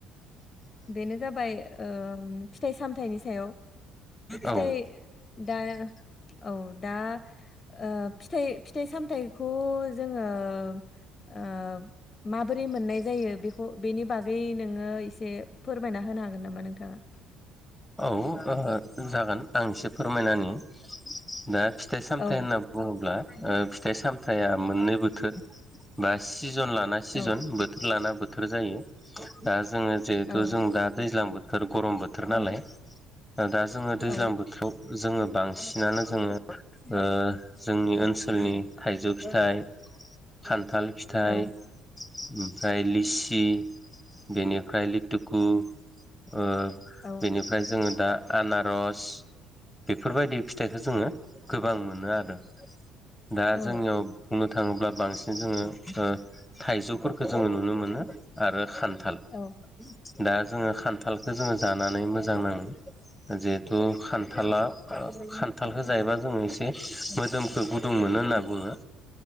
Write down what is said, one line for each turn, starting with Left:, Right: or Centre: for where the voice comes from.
Left: बेनो जाबाय ओ फिथाइ-सामथायाइनि सायाव फिथाइ
Centre: औ
Left: दा औ दा ओ फिथाइ फिथाइ-सामथायखौ जोंङो ओ मा बोरै मोननाय जायो बेखौ बेनि बागै नोंङो एसे फोरमायना होनो हागोन नामा नों थाङा?
Centre: औ ओ जागोन आं एसे फोरमायना होनि दे फिथाइ-सामथायाइ
Left: औ
Centre: होनना बुङोब्ला ओ फिथाइ-सामथाया मोननै बोथोर बा सिजन लाना सिजन
Left: औ
Centre: बोथोर लाना बोथोर जायो दा जोंङो जिहेथु
Left: औ
Centre: जों दा दैज्लां बोथोर गरम बोथोर नालाय दा जोंङो दैज्लां
Left: औ
Centre: बोथोराव जोंङो बांसिनानो जोंङो ओ जोंनि ओनसोलनि थाइजौ फिथाइ खान्थाल फिथाइ
Left: औ
Centre: ओमफ्राय लिसि बेनिफ्राय लिटुकु ओ
Left: औ
Centre: बेनिफ्राय जोङो दा आनारस बेफोरबायदि फिथाइखौ जोङो गोबां मोनो आरो। दा
Left: औ
Centre: जोंनियाव बुंनो थाङोब्ला बांसिन जोङो ओ थाइजौफोरखौ जोङो नुनो मोनो आरो खान थाल
Left: औ
Centre: दा जोङो खान्थालखो जोङो जानानै मोजां नाङो। जिहेथु खान्थाला खान्थालखो जायोबा जोङो एसे मोदोमखौ गुदुं मोनो होनना बुङो।